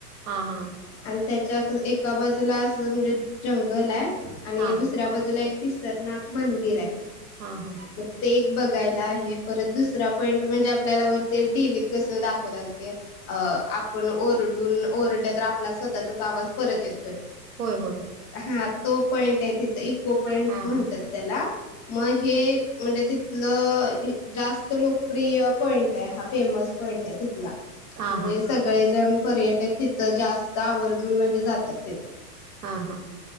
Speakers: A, on the right; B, on the left.
A: हा हा
B: आणि त्याच्याक एका बाजूला असं म्हणजे जंगल हाय आणि
A: हा
B: दुसऱ्या बाजूला एक पिसरनाथ मंदिराय
A: हा हा
B: म ते एक बघायला आहे, परत दुसरा <unintelligible> म्हणजे आपल्याला व ते कस दाखवतात की अ आप पण ओरडून ओरडल तर आपला स्वतःचाच आवाज परत येतोय,
A: होय होय
B: हा. तो पॉईंट आहे तिथं इको पॉईंट
A: हा
B: म्हणत्यात
A: हा
B: त्याला म हे म्हणजे तिथलं हे जास्त लोकप्रिय पॉईंट हाय हा फेमस पॉईंट हाय तिथला,
A: हा
B: म्हणजे
A: हा हा
B: ळेजण पर्यटक तिथं जास्त आवर्जून म्हणजे जातात तिथं.
A: हा